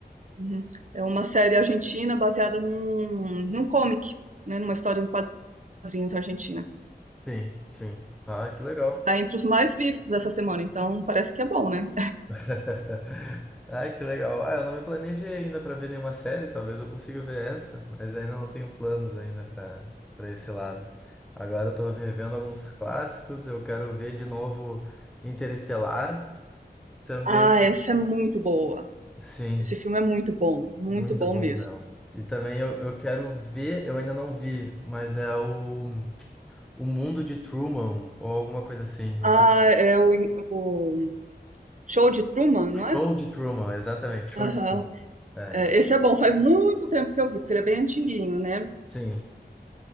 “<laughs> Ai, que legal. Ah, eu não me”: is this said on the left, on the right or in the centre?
Centre